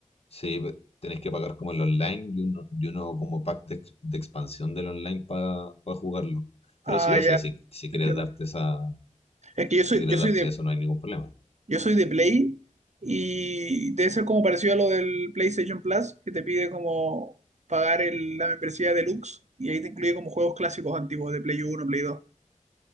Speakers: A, on the left; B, on the right.
A: Sí, pe- tenés que pagar como el online y uno, y uno como pack de, ex- de expansión del online para jugarlo.
B: Ah,
A: Pero sí, o
B: ya,
A: sea, si, si quieres
B: entiendo.
A: darte esa,
B: Es que yo soy,
A: si quieres
B: yo soy
A: darte
B: de,
A: eso, no hay ningún problema.
B: yo soy de Play y debe ser como parecido a lo del PlayStation Plus, que te pide como pagar el- la membresía deluxe y ahí te incluye como juegos clásicos antiguos de Play Uno, Play Dos.